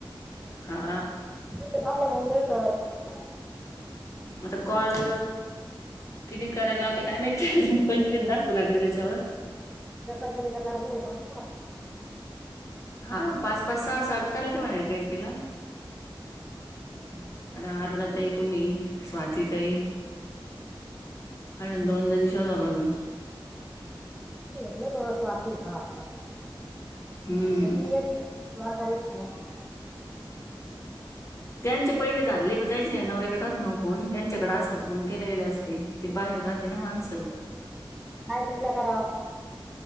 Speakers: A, on the left (about 35°); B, in the centre.
A: हा.
B: <unintelligible>
A: आता कॉल किती करायला लावते काय माहिती अजून पंचवीस दाखवू लागले त्याच्यावर
B: <unintelligible> ना बाप्पा
A: हा पाच पाच सहा सहा बी चालते म्हणा काही तिला
B: हम्म.
A: आणि अरुणाताई तुम्ही स्वातीताई अजून दोन जणी शोधावे लागलं.
B: <unintelligible> <unintelligible>
A: हम्म त्यांचे पहिले झाले प त्याचे नवऱ्याकडे असतो ना ओ फोन त्यांच्या इकड
B: अरे
A: असतात
B: हा
A: मग केल्या केल्या असते ती बाहेर राहते ना माणसं
B: गायत्रीला करावं.